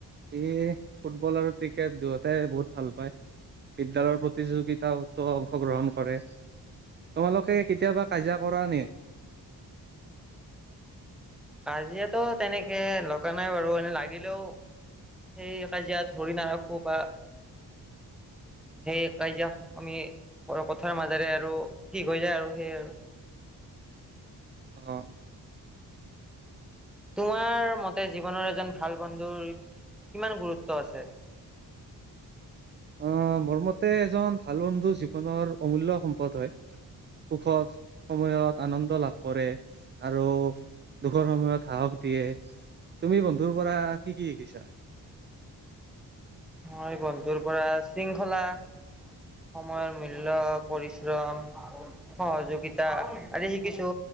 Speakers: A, on the right; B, in the centre.
A: এই ফুটবল আৰু ক্ৰিকেট দুয়তে বহুত ভাল পায়। বিদ্যয়ালয়ৰ প্ৰতিযোগিতাতো অংশগ্ৰহণ কৰে তোমালোকে কেতিয়াবা কাজিয়া কৰা নে?
B: কাজিয়াতো তেনেকে লগা নাই বাৰু এনে লাগিলেও। সেই কাজিয়াত হৰিণাৰখোঁ বা সেই কাজিয়া আমি কথাৰ মাজেৰে আৰু ঠিক হৈ যায় আৰু সেই আৰু
A: আহ
B: তোমাৰ মতে জীৱনৰ এজন ভাল বন্ধুৰ কিমান গুৰুত্ব আছে।
A: আহ মোৰ মতে এজন ভাল বন্ধু জীৱনৰ অমূল্য় সম্পদ হয়। সুখৰ সময়ত আনন্দ লাভ কৰে আৰু দুখৰ সময়ত সাহস। এতিয়ে তুমি বন্ধুৰ পৰা কি কি শিকিছা?
B: মই বন্ধু ৰ পৰা শৃংখলা। সময়ৰ মূল্্যয় পৰিশ্ৰম অ যোগিতা আ শিকিছো